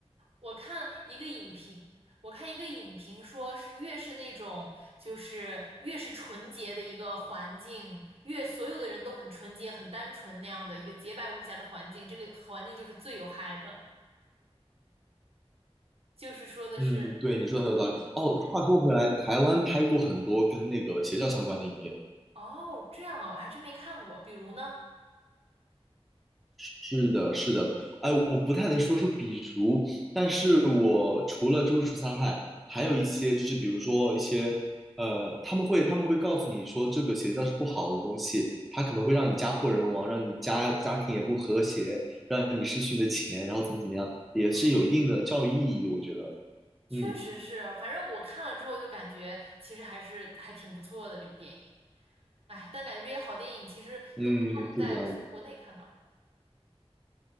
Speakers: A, on the right (about 65°); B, in the centre.
A: 我看一个影评，我看一个影评说是越是那种就是越是纯洁的一个环境，越所有的人都很纯洁、很单纯那样的一个洁白无瑕的环境，这个环境就是最有害的。就是说的是，
B: 嗯，对，你说的很有道理。
A: 嗯，
B: 哦，
A: 对，
B: 话说回来，台湾拍过很多跟那个邪教相关的影片。
A: 哦，这样啊，我还真没看过。比如呢，
B: 是的，是的。哎，我不太能说出比如，但是我除了《周处杀害》，还有一些就是比如说一些呃，
A: 嗯
B: 他们会他们会告诉你说这个邪教是不好的东西，它可能会让你家破人亡，让你家家庭也不和谐，让你失去你的钱，然后怎么怎么样，也是有一定的教育意义，
A: 嗯。
B: 我觉得。
A: 确实是，
B: 嗯
A: 反正我看了之后就感觉其实还是还挺不错的这个电影。哎，但感觉这些好电影其实都不太能在从国内看到。
B: 嗯，是这样